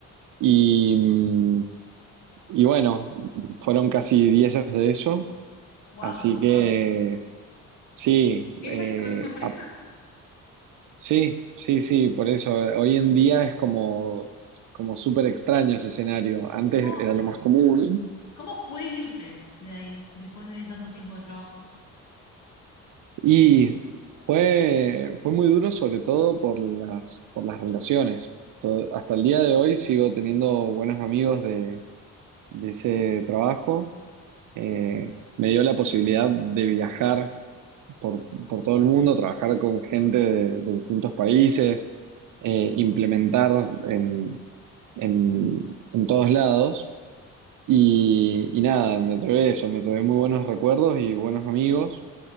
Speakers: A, on the right; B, on the left.
A: Y, mm, y bueno, fueron casi 10 años de eso.
B: ¡Wow!
A: Así
B: Un montón.
A: que sí,
B: ¿Diez
A: eh,
B: años en la misma empresa?
A: ap- sí, sí, sí, por eso. Hoy en día es como, como súper extraño ese escenario. Antes
B: ¿Cómo,
A: era lo más común.
B: cómo fue irte de ahí después de tanto tiempo de trabajo?
A: Y fue, fue muy duro, sobre todo por las, por las relaciones. To- Hasta el día de hoy sigo teniendo buenos amigos de, de ese trabajo. Eh, me dio la posibilidad de viajar por, por todo el mundo, trabajar con gente de, de distintos países, eh, implementar en, en, en todos lados. Y, y nada, me llevé eso, me llevé muy buenos recuerdos y buenos amigos